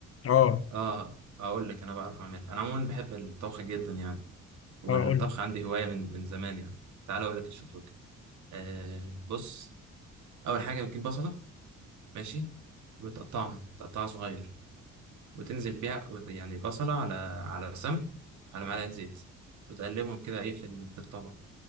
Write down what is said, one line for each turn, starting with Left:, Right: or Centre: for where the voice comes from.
Left: اه
Right: اه اقول لك انا بعرف اعملها انا عموما بحب الطبخ جدا يعني والطبخ
Left: اه قول لي
Right: عندي هوايه من من زمان يعني تعال اقول لك الشكشوكه آه بص اول حاجه بتجيب بصله ماشي وتقطعها تقطعها صغير وتنزل بيها وت- يعني بصله على على سمن على معلقه زيت وتقلبهم كده ايه في ال- في الطبق